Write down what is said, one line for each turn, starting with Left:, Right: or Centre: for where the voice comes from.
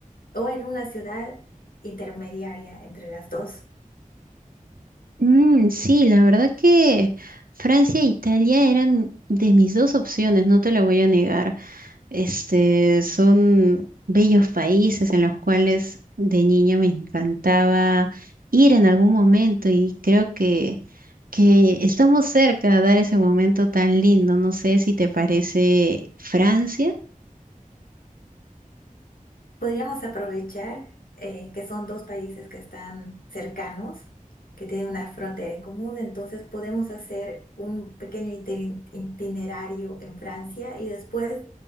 Left: o en una ciudad intermediaria entre las dos.
Right: Mm, sí, la verdad que Francia e Italia eran de mis dos opciones, no te lo voy a negar. Este, son bellos países en los cuales de niña me encantaba ir en algún momento y creo que, que estamos cerca de dar ese momento tan lindo. No sé si te parece Francia.
Left: Podríamos aprovechar eh, que son dos países que están cercanos, que tienen una frontera en común, entonces podemos hacer un pequeño iti- itinerario en Francia y después